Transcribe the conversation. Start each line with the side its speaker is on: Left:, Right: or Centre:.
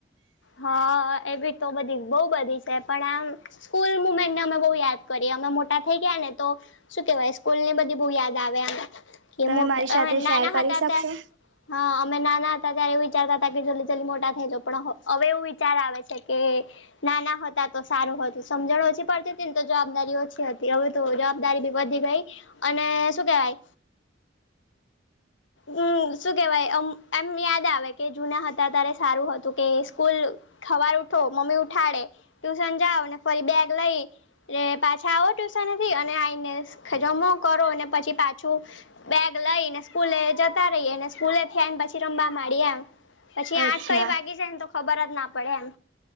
Left: હા એવીી તો બધી બહ બધી છે પણ આમ સ્કૂલ મુમેન્ટને અમે બહુ યાદ કરીએ અમે મોટા થઇ ગયા ને તો શું કેવાય સ્કૂલ ની બધી બહુ યાદ આવે અ એ
Right: તમે
Left: મોટા
Right: મારી સાથે
Left: અ નાના
Right: શેર કરી
Left: હતા
Right: શકશો
Left: ત હા અમે નાના હતા ત્યારે એ વિચારતા હતા કે જલ્દી જલ્દી મોટા હ જોપડા હવે એવું વિચાર આવે છે કે નાના હતા તો સારું હતું સમજણ ઓછી પડતી હતી ને તો જવાબદારી ઓછી હતી હવે તો જવાબદારી બી વધી ગઈ અને શું કેવાય હમ શું કેવાય એમ યાદ આવે કે જૂના હતા તારે સારું હતું કે સ્કૂલ ખવાર ઉઠો મમ્મી ઉઠાડે ટ્યુશન જાાવને ફરી બેગ લઈ પાછા આવો ટ્યુશનથી અને આઈને જમો કરો અને પછી પાછું બેગ લઈને સ્કૂલે જતા રહી અને સ્કૂલે થયા ને પછી રમવા ડી એમ પછી આઠ
Right: અચ્છા
Left: કઈ વાગી જાય ને તો ખબર જ ના પડે એમ